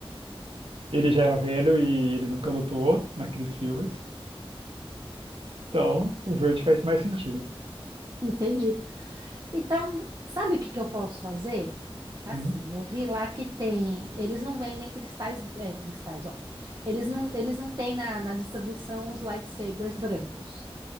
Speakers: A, on the right (about 65°); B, on the right (about 40°).
A: ele já era velho e ele nunca lutou naqueles filmes. Então, o verde faz mais sentido.
B: entendi. Então, sabe o que que eu posso fazer? Assim,
A: Hum.
B: eu vi lá que tem. Eles não vendem cristais. É, cristais, ó. Eles não, eles não têm na, na distribuição os lightsabers brancos.